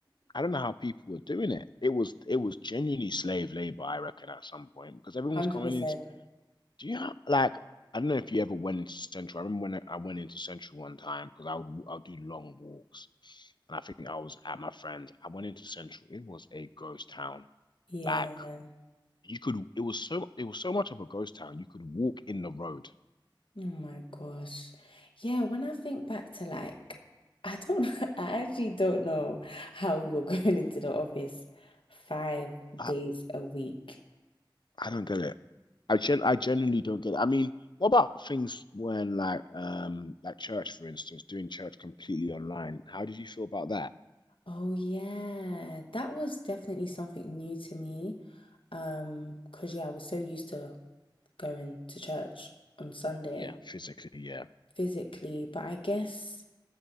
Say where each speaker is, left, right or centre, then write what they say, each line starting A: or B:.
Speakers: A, on the left; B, on the left.
A: I don't know how people were doing it. It was it was genuinely
B: <laughs>
A: slave labor, I reckon, at some point because everyone's
B: 100%.
A: coming into. Do you have like I don't know if you ever went into Central. I remember when I, went into Central one time because I would i would do long walks, and I think I was at my friend. I went into Central. It was a ghost town.
B: Yeah,
A: Like you could. It was so. It was so much of a ghost town. You could walk in the road.
B: Oh my gosh. Yeah, when I think back to like, I don't, <laughs> I actually don't know how we were <laughs> going into the office five
A: I,
B: days a week.
A: I don't get it. I gen. I genuinely don't get it. I mean, what about things when like um like church, for instance, doing church completely online? How did you feel about that?
B: Oh yeah, that was definitely something new to me. Um, 'cause yeah, I was so used to going to church on Sunday
A: Yeah, physically. Yeah.
B: physically, but I guess.